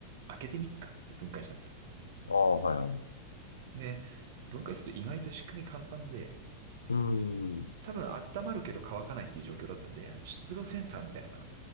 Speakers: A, on the right (about 50°); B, on the left (about 75°).
A: 開けてみっかって分解したんですよ。
B: ああ、はいはい。
A: で、分解すると意外と仕組み簡単で、
B: うーん。
A: 多分温まるけど乾かないっていう状況だったんで、あの、湿度センサーみたいなのが